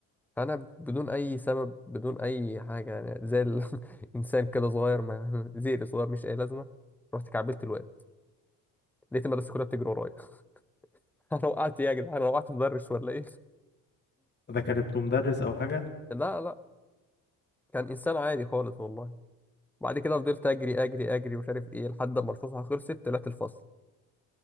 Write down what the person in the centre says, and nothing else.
فانا بدون اي سبب بدون اي حاجه يعني زي الانسان <laughs> كده صغير ما <laughs> زيري صغير مش اي لازمه رحت كعبلت الواد لقيت المدرسه كلها بتجري ورايا <laughs> انا وقعت إيه يا جدعان انا وقعت مدرس ولا ايه
لا لا كان انسان عادي خالص والله بعد كده فضلت اجري اجري اجري مش عارف ايه لحد ما الفسحه خلصت طلعت الفصل